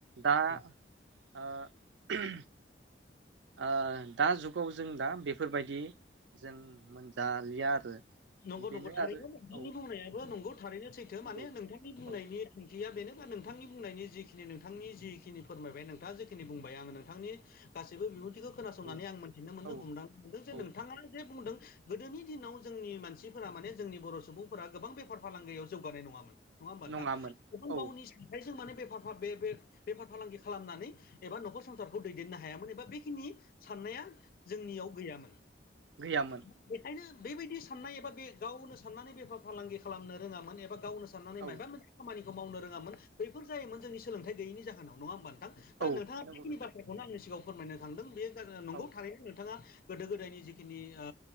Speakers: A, on the right (about 75°); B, on the left (about 50°).
A: दा
B: नंगौ
A: ओ ओ दा जुगाव जों दा बेफोरबायदि जों मोनजालिया आरो।
B: नंगौ
A: बेनो
B: नंगौ थारैनो
A: आरो
B: नोंथांनि
A: औ
B: बुंनायाबो नंगौ थारैनो सैथो
A: नंगौ
B: माने नोंथां नि बुंनायनि
A: औ
B: थांखिया बेनोबा नोंथांनि बुंनायनि जिखिनि नोंथांनि जिखिनि फोरमायबाय नोंथाङा जे <unintelligible> बुंबाय आङो नोंथांनि गासिबो बिबुं खौ खोनासंनानै
A: औ
B: आं मोनथिनो मोनदों
A: औ
B: हमदांनो मोनदों जे
A: औ
B: नोंथाङा जे बुंदों गोदोनि दिनाव जोंनि मानसिफोरा माने जोंनि बर' सुबुंफोरा गोबां बेफार फालांगियाव जौगानाय नङामोन। नङा होमबा नोंथां
A: नङामोन
B: गोबां गावनि
A: औ
B: सथथायजों माने बेफार <unintelligible> बेफार फालांगि खालामनानै एबा न'खर संसारखौ दैदेननो हायामोन एबा बेखिनि साननाया जोंनियाव गैयामोन
A: गैयामोन
B: बेखायनो बेबायदि साननाय एबा बे गावनो साननानै बेफार फालांगि खालामनो रोङामोन एबा गावनो साननानै
A: औ
B: माबा मोन खामानिखौ मावनो रोङामोन बैफोर जायोमोन जोंनि सोलोंथाइ गोयैनि जाहोनाव नङा होमबा नोंथां दा
A: औ
B: नोंथाङा
A: नंगौ
B: जिखिनि
A: नोंथां
B: बाथ्राखौ बेखौनो आंनि सिगाङाव फोरमायनो थांदों बे नंगौ
A: औ
B: थारैनो नोंथाङा गोदो गोदायनि जिखिनि ओ